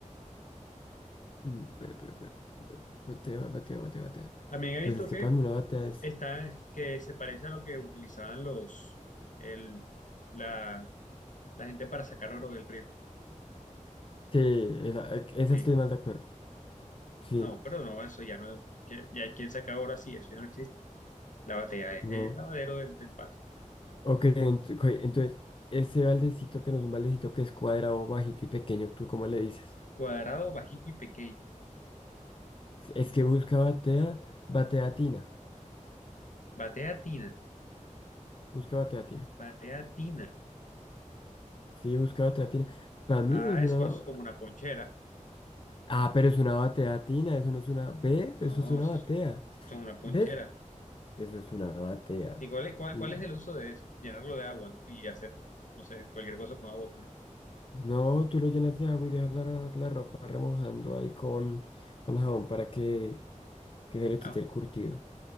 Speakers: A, on the left (about 40°); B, on the left (about 70°).
A: Mm, Pero, pero, pero, pero, batea, batea, batea, batea.
B: También he
A: Pues
B: visto
A: es que
B: que
A: para mí una batea es...
B: está, que se parece a lo que utilizaban los, el, la, la gente para sacar oro del río.
A: Sí, esa, eh, esa
B: Sí,
A: estoy más de acuerdo. Sí,
B: no, pero no, eso ya no, que- ya quien saca oro así, eso ya no existe. La batea es
A: no.
B: el lavadero del, del patio.
A: Ok, ent- ok, entonces, ese baldecito que no es un baldecito que es cuadrado, bajito y pequeño, ¿tú cómo le dices?
B: Cuadrado, bajito y pequeño.
A: Es
B: eh.
A: que busca batea, batea tina.
B: Batea tina,
A: Busca batea tina.
B: batea tina.
A: Sí, busca batea tina. Para mí
B: Ah,
A: es una.
B: eso es como una ponchera.
A: Ah, pero es una batea tina, eso no es una... ¿Ves?
B: No,
A: Eso es una
B: eso
A: batea.
B: es- son una ponchera.
A: ¿Ves? Eso es una batea.
B: ¿Y cuál es, cuál,
A: Y...
B: cuál es el uso de eso? Llenarlo de agua, ¿no? Y hacer, no sé, cualquier cosa con agua con eso.
A: No, tú lo llenas de agua y dejas la, la ropa remojando ahí con, con jabón para que, que se le quite
B: Ah,
A: el curtido.